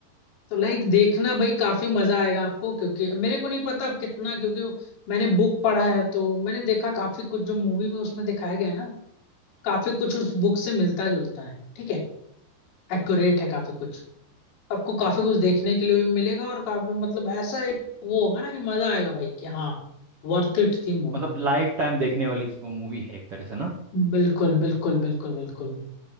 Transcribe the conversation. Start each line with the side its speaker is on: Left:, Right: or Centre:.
Left: तो लाइक देखना भाई काफी मजा आएगा आपको क्योंकि मेरे को नहीं पता अब कितना क्योंकि मैंने बुक पढ़ा है तो मैंने देखा काफी कुछ जो मूवी में उसमें दिखाया गया है ना काफी कुछ उस बुक से मिलता जुलता है ठीक है एक्यूरेट है काफी कुछ आपको काफी कुछ देखने के लिए भी मिलेगा और काफी मतलब ऐसा एक वो होगा ना कि मजा आएगा भाई कि हाँ वर्थ इट थी मूवी
Right: मतलब लाइफ टाइम देखने वाली मूवी है एक तरह से ना
Left: बिल्कुल बिल्कुल बिल्कुल बिल्कुल